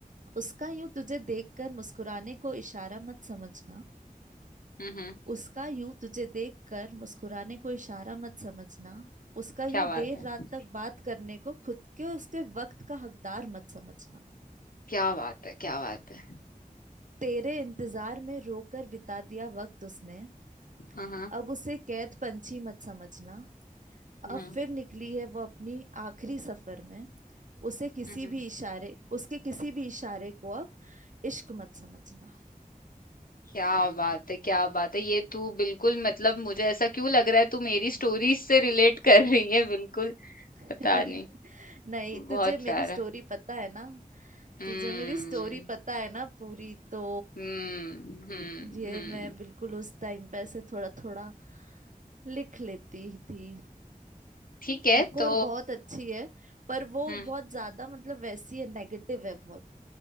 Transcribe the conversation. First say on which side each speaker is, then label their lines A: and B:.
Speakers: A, on the right; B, on the left.
A: उसका यूं तुझे देखकर मुस्कुराने को इशारा मत समझना
B: हम्म हम्म,
A: उसका यूं तुझे देखकर मुस्कुराने को इशारा मत समझना उसका
B: क्या
A: यूं
B: बात
A: देर
B: है
A: रात तक बात करने को खुद के उसके वक्त का हकदार मत समझना
B: क्या बात है क्या बात है
A: तेरे इंतजार में रोकर बिता दिया वक्त उसने
B: हाँ हाँ
A: अब उसे कैद पंछी मत समझना
B: हम्म
A: अब फिर निकली है वो अपनी आखिरी सफर में उसे किसी
B: हम्म
A: भी इशारे उसके किसी भी इशारे को अब इश्क मत समझना
B: क्या बात है क्या बात है ये तू बिल्कुल मतलब मुझे ऐसा क्यों लग रहा है तू मेरी स्टोरीज से रिलेट कर रही है बिल्कुल
A: <laughs>
B: पता नहीं
A: नहीं
B: बहुत
A: तुझे मेरी
B: प्यारा
A: स्टोरी पता है ना
B: हम्म
A: तुझे मेरी स्टोरी पता है ना पूरी तो
B: हम्म हम्म
A: ये
B: हम्म
A: मैं बिल्कुल उस टाइम पे ऐसे थोड़ा थोड़ा लिख लेती थी
B: ठीक है
A: एक
B: तो
A: और बहुत अच्छी है पर वो
B: हम्म
A: बहुत ज्यादा मतलब वैसी है नेगेटिव है बहुत